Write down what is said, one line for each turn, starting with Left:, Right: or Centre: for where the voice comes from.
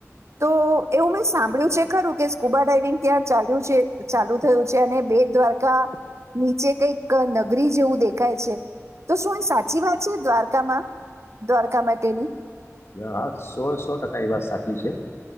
Right: તો એવું મેં સાંભળ્યું છે ખરું કે સ્કૂબા ડઇવિંગ ત્યાં ચાલ્યું છે ચાલુ થયું છે અને બે દ્વારકા, નીચે કઈક નગરી જેવું દેખાય છે તો શું સાચી વાત છે, દ્વારકામાં દ્વારકા માટેની
Left: હા સો સો ટકા એ વાત સાચી છે,